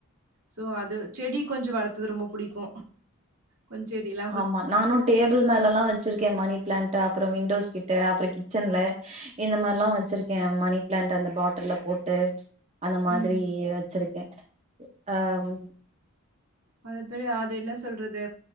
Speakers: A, on the right (about 85°); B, on the right (about 30°).
A: சோ அது செடி கொஞ்சோ வளர்துரது ரொம்ப புடிக்கு கொஞ் சொடில்லா
B: ஆமா நானு டேபிள் மேலல்லா வச்சிருக்கே மணி பிளண்ட் அப்றோ விண்டோஸ் கிட்ட அப்றோ கிச்சன்ல இந்த மாரிலா வச்சிருக்கே மணி பிளாண்ட் அந்த பாட்டில்ல போட்டு அந்த மாதிரி
A: ம்.
B: வச்சிருக்கே அம்
A: அ பெ அது என்ன சொல்றது